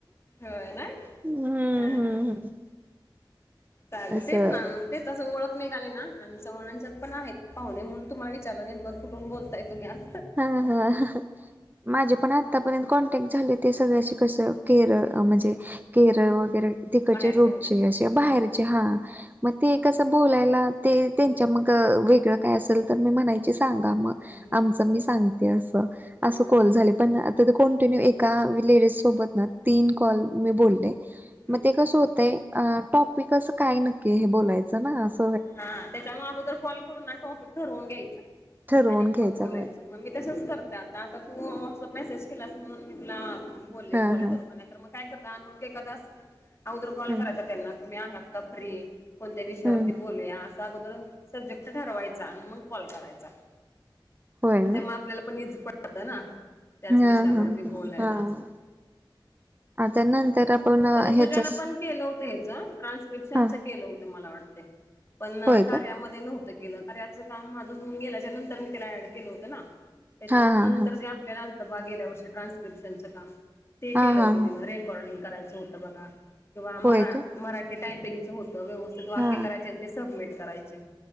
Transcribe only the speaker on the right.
हम्म
हम्म
हम्म
असं
हा हा <unintelligible> माझे पण आतापर्यंत कॉन्टॅक्ट झाले, ते सगळ्याशी कसं केरळ म्हणजे केरळ वगैरे तिकडचे
लोक
कसे असे बाहेरचे हा, मग ते कसं बोलायला ते त्यांच्या मग वेगळं काय असेल तर मी म्हणायची सांगा मग
आमच मी सांगते अस, असं
कॉल झाले पण आता ते कंटिन्यू एका लेडीज सोबत ना तीन कॉल मी बोलले, मग
ते कसं होतय टॉपिक अस काय नक्की हे बोलायचं ना अस
ठरवून
घ्यायचं
होय
हा
हा
हम्म
हम्म
होय
ना
हा
हा. हा
ह.. आता नंतर आपण
ह्याचच
हा
होय
का
हा
हा
हा
हा
हा हा
होय का
हा